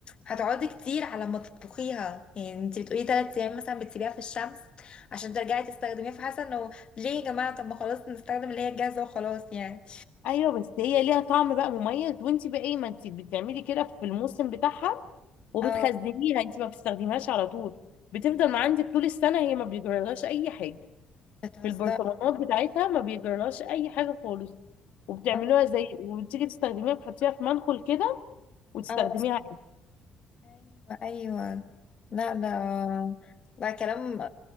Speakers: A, on the left (about 45°); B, on the left (about 75°).
A: هتقعدي كتير على ما تطبخيها يعني انت بتقولي ثلاث ايام مثلا بتسيبيها في الشمس عشان ترجعي تستخدميها فحاسه انه ليه يا جماعه طب ما خلاص نستخدم اللي هي الجاهزه وخلاص يعني
B: ايوه بس هي ليها طعم بقى مميز وانت بقى ايه ما انت بتعملي كده في الموسم بتاعها وبتخزنيها
A: اه
B: انت ما بتستخدميهاش على طول بتفضل ما عندك طول السنه هي ما بيجرالهاش اي حاجه
A: بتهزر
B: في البرطمانات بتاعتها ما بيجرالهاش اي حاجه خالص وبتعملوها
A: اه
B: زي وبتيجي تستخدميها بتحطيها في منخل كده وتستخدميها
A: اه
B: عادي.
A: ايوه ايوه لا ده ده كلام